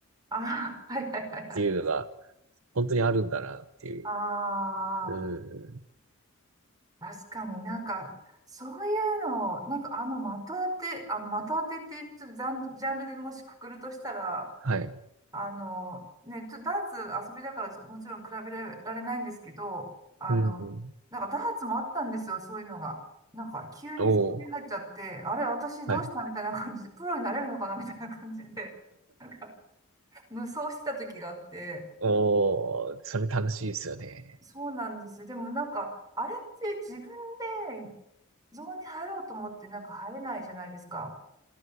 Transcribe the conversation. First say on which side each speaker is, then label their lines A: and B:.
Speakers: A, on the right; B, on the right.
A: あー、はいはいはいはい。
B: っていうのが、本当にあるんだなっていう。
A: あ
B: うん、
A: あ、確かになんか、そういうのを、なんかあの的当て、あの的当てってちょっとジャン、ジャンルでもしくくるとしたら、
B: はい。
A: あの、ね、ちょっとダーツ遊びだからちょもちろん比べられないんですけど、あの、
B: うん、
A: なんかダーツもあったんですよ、そういうのが。なんか急にゾーンに入っちゃって、
B: おー、
A: あれ、私どうしたみたいな感じで、
B: はい。
A: プロになれるのかなみたいな感じで、なんか無双してた時があって、
B: おー、それ楽しいですよね。
A: そうなんです。でもなんか、あれって自分でゾーンに入ろうと思ってなんか入れないじゃないですか。